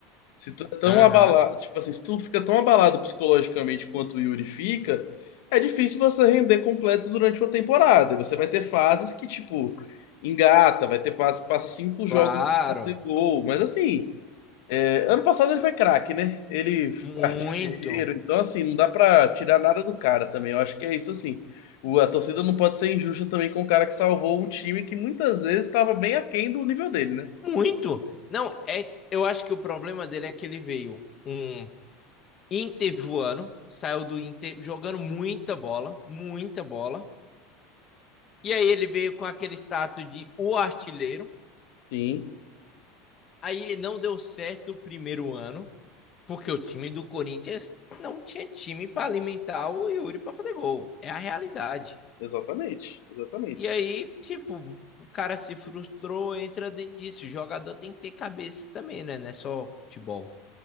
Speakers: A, on the left; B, on the left.
A: se tu é tão
B: Aham.
A: abalado, tipo assim, se tu fica tão abalado psicologicamente quanto o Yuri fica, é difícil você render completo durante uma temporada. E Você vai ter fases que, tipo, engata, vai ter fase que passa cinco jogos
B: Claro,
A: sem fazer gol, mas assim. É, ano passado ele foi craque, né? Ele foi
B: muito.
A: artilheiro, então assim, não dá pra tirar nada do cara também. Eu acho que é isso assim. O- a torcida não pode ser injusta também com o cara que salvou um time que muitas vezes estava bem aquém do nível dele, né?
B: Muito. Não, é, eu acho que o problema dele é que ele veio um Inter voando, saiu do Inter jogando muita bola, muita bola. E aí ele veio com aquele status de o artilheiro.
A: Sim,
B: Aí não deu certo o primeiro ano, porque o time do Corinthians não tinha time para alimentar o Yuri para fazer gol. É a realidade.
A: exatamente, exatamente.
B: E aí, tipo, o cara se frustrou, entra dentro disso. O jogador tem que ter cabeça também, né? Não é só futebol.